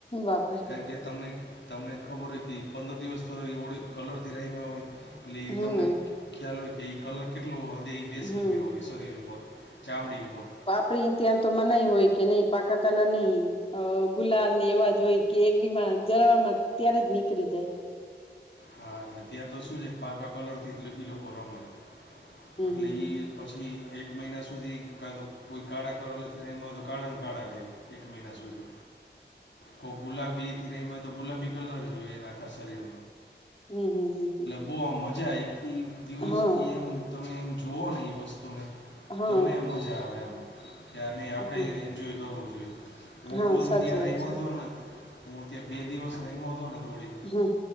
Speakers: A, on the left; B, on the left.
A: બાપરે
B: કારણકે તમને તમને ખબર હોય કે પંદર દિવસ તો એ ઓળ કલરથી રમાં હોય એટલે એ
A: હમ
B: તમને ખ્યાલ હોય કે એ કલર કેટલો હદે એ બેસી
A: હમ
B: ગયો હોય શરીર ઉપર ચામડી ઉપર
A: પ્રિ ત્યાં તો મ નાહી હોય કે નહી પાકા કલ નહીં. અ ગુલાલ ની એવાજ હોય કે એકડીમા જરવામાં ત્યારે જ નીકળી જાય.
B: હા એટલે ત્યાં તો શું છે પાકા કલરથી એ લોકો રમે
A: હમ
B: એટલી
A: હમ હમ
B: પછી એક મહિના સુધી કા તો કોઈ કાળા કરો નથીને એમાં તો કાળાને કાળા રહેે એક મહિના સુધી ખૂબ ગુલાબબીથી રેમત તો ગુલાબી કલર જોઈએ એને આખા શરીર
A: હમ હમ હમ હમ
B: બહુ આમ મજા એ દિવસ
A: હા
B: એ એમ તમે એમ જોુઓ ને એ વસ્તુને
A: હા
B: તમને એમ મજા આવે એમ કેાર નહીં આપણે
A: હા
B: એન્જોય કરવું જોઈએ. હું
A: હા
B: ખુદ હું
A: સાચી
B: ત્યાં
A: વાત
B: રમ્યો
A: છે
B: હતો ને હું ત્યાં બે દિવસ રમ્યો હતો ને થોડીે
A: હા